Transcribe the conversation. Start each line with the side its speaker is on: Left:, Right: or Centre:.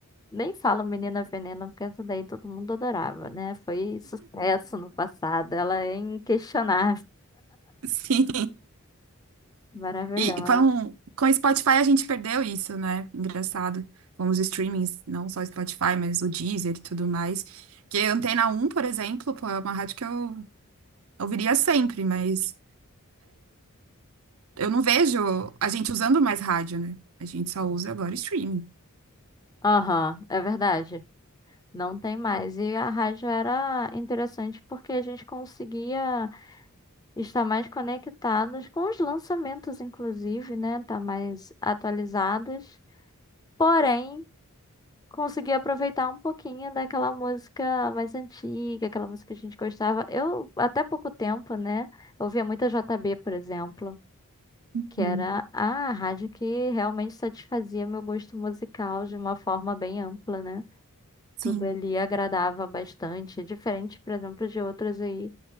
Left: Nem fala Menina Veneno, porque essa daí todo mundo adorava, né? Foi sucesso no passado. Ela é inquestionável.
Right: Sim.
Left: Maravilhosa.
Right: E com, com o Spotify a gente perdeu isso, né? Engraçado. Com os streamings, não só o Spotify, mas o Deezer e tudo mais. Que a Antena um, por exemplo, pô, é uma rádio que eu ouviria sempre, mas eu não vejo a gente usando mais rádio, né? A gente só usa agora streaming.
Left: Aham, é verdade. Não tem mais. E a rádio era interessante porque a gente conseguia estar mais conectados com os lançamentos, inclusive, né? Estar mais atualizados. Porém, consegui aproveitar um pouquinho daquela música mais antiga, aquela música que a gente gostava. Eu, até pouco tempo, né, ouvia muita J B, por exemplo,
Right: Uhum.
Left: que era a rádio que realmente satisfazia meu gosto musical de uma forma bem ampla, né?
Right: Sim,
Left: Tudo ali agradava bastante, diferente, por exemplo, de outras aí.